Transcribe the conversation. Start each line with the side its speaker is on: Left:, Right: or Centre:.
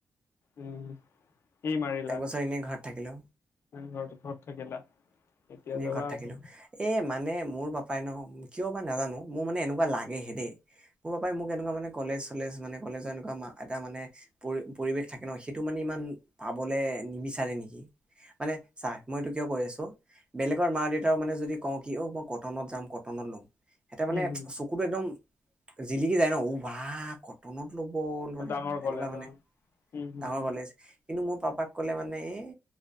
Left: উ সি মাৰিলা
Right: এক বছৰ এনেই ঘৰত থাকিলো
Left: ঘৰত ঘৰত থাকিলা এতিয়া
Right: এনেই
Left: যাবা
Right: ঘৰত থাকিলো
Left: আকৌ
Right: এ মানে মোৰ পাপাই ন কিয় বা নাজানো মোৰ মানে এনেকুৱা লাগেহে দেই মোৰ পাপাই মোক এনেকুৱা মানে কলেজ চলেজ মানে কলেজৰ এনেকুৱা এটা মানে পৰি পৰিৱেশ থাকে ন সেইটো মানে ইমান পাবলে নিবিচাৰে নেকি মানে চাৰ মইটো কিয় কৈ আছো বেলেগৰ মা দেউতাও মানে যদি কওঁ কি অ মই কটনত যাম কটনত ল'ম সিহতে মানে
Left: হম হম
Right: চকুতো একদম জিলিকি যায় ন উ বা কটনত ল'ব ল'ৰা
Left: ডাঙৰ
Right: এনেকুৱা
Left: কলেজ
Right: মানে
Left: অ উম হম
Right: ডাঙৰ কলেজ কিন্তু মোৰ পাপাক কলে মানে এই